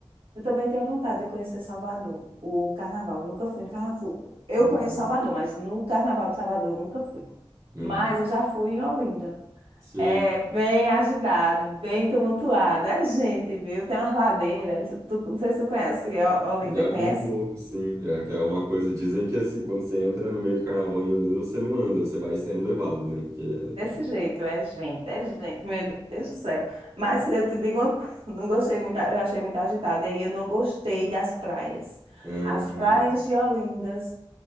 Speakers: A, on the right; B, on the right.
A: Eu também tenho vontade de conhecer Salvador, o carnaval. Eu nunca fui no carnaval. Eu
B: Uhum,
A: conheço Salvador, mas no carnaval de Salvador eu nunca fui.
B: uhum.
A: Mas eu já fui em Olinda.
B: Sim,
A: É bem agitado, bem tumultuado. É gente, viu? Tem umas ladeiras. Não tu- não sei se tu conhece O- Olinda,
B: eu já
A: conhece?
B: vi um pouco, sim. É que é uma coisa, dizem que assim, quando você entra no meio do carnaval em Olinda, você não anda, você vai sendo levado, né? Porque...
A: Desse jeito, é gente, é gente, meu Deus do céu. Mas eu te digo uma coisa, <laughs> não gostei muito, eu achei muito agitado. E aí eu não gostei das praias.
B: Hum,
A: As praias de Olindas,